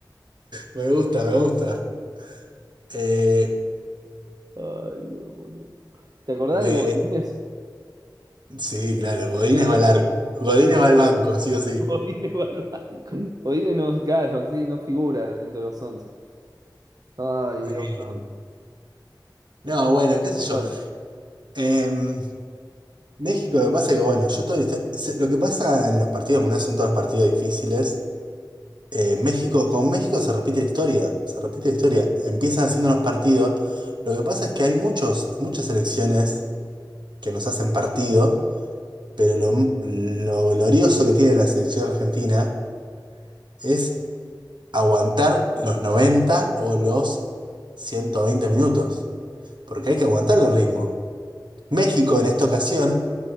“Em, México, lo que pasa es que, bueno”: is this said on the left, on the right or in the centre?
Right